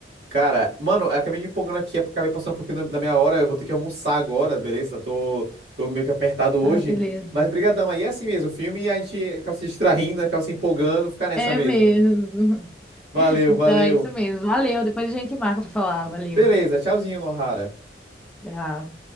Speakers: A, on the right (about 70°); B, in the centre.
A: Cara, mano, eu acabei me empolgando aqui, acabei passando um pouquinho da, da minha hora, eu vou ter que almoçar agora, beleza? Tô, tô meio que apertado hoje.
B: Ah, beleza.
A: Mas brigadão, aí é assim mesmo, o filme a gente acaba se distraindo, acaba se empolgando, fica nessa
B: É
A: mesmo.
B: mesmo. <laughs>
A: Valeu,
B: Então
A: valeu.
B: é isso mesmo. Valeu, depois a gente marca pra falar, valeu.
A: Beleza, tchauzinho, Nohara.
B: Tchau.